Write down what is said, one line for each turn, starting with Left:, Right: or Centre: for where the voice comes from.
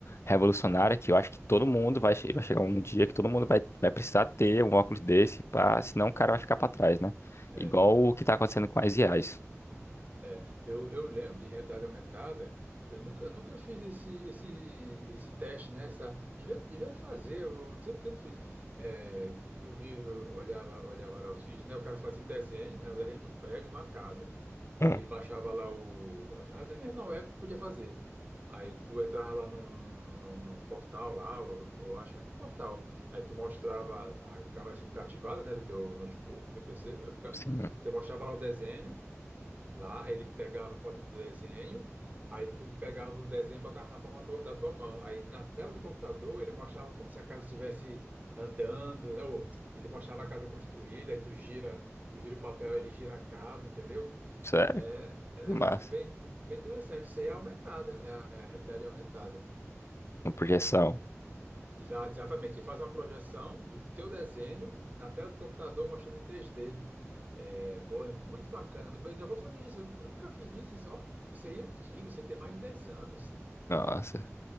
Left: revolucionária que eu acho que todo mundo vai, che- vai chegar um dia que todo mundo vai, vai precisar ter um óculos desse, pra, senão o cara vai ficar para trás, né?
Right: é.
Left: Igual o que está acontecendo com as IAs.
Right: É, eu, eu lembro de realidade aumentada, eu nunca, eu nunca fiz esse, esse, esse teste, né? Essa, devia, devia fazer, eu não sei porque eu não fiz. É, eu vi, eu olhava, olhava lá os vídeos, né? O cara fazia um desenho, né? O desenho de um prédio, de uma casa. Aí
Left: Hum,
Right: ele baixava lá o. Até mesmo na web tu podia fazer. Aí tu entrava lá num, num, num portal lá, eu, eu acho que é do portal. Aí tu mostrava, a câmera tinha que estar ativada, né? Do teu notebook, do teu PC, vai ficar.
Left: sim.
Right: Você mostrava lá o desenho. Lá ele pegava a foto do desenho, aí tu pegava o desenho e botava na palma tua- da tua mão. Aí na tela do computador ele mostrava como se a casa estivesse andando, né? Ou Ele mostrava a casa construída, aí tu gira, tu gira o papel, ele gira a casa, entendeu?
Left: Sério?
Right: É, é um
Left: Que
Right: negócio
Left: massa.
Right: bem, bem bem interessante. Isso aí é aumentada, é a, é a realidade aumentada.
Left: Uma projeção.
Right: Exa- Exatamente, ele faz uma projeção do teu desenho na tela do computador mostrando em 3D. É, pô, é muito bacana, muito bacana. Eu vou fazer isso, eu, nu- eu nunca fiz isso, isso, ó, isso aí é antigo, isso aí tem mais de 10 anos.
Left: Nossa.